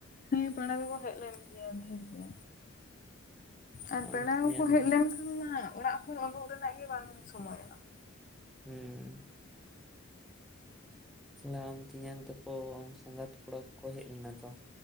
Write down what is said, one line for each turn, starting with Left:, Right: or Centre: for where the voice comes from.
Left: ᱦᱮᱸ ᱯᱮᱲᱟ ᱠᱚᱠᱚ ᱦᱮᱡ ᱞᱮᱱ ᱜᱮᱭᱟ ᱰᱷᱮᱨ ᱜᱮ ᱟᱨ
Centre: ᱟᱢ
Left: ᱯᱮᱲᱟ
Centre: ᱛᱮᱧᱟᱝ
Left: ᱠᱚᱠᱚ ᱦᱮᱡ ᱞᱮᱱᱠᱷᱟᱱ ᱢᱟ ᱚᱲᱟᱜ ᱠᱷᱚᱱ ᱩᱰᱩᱠ ᱨᱮᱱᱟᱜ ᱜᱮ ᱵᱟᱝ ᱥᱚᱢᱚᱭᱚᱜᱼᱟ ᱾
Centre: ᱦᱩᱸ ᱛᱟᱞᱮ ᱟᱢ ᱛᱮᱭᱟᱝ ᱛᱟᱠᱚ ᱥᱟᱸᱜᱟᱛ ᱠᱚᱲᱟ ᱠᱚᱠᱚ ᱦᱮᱡ ᱞᱮᱱᱟ ᱛᱚ,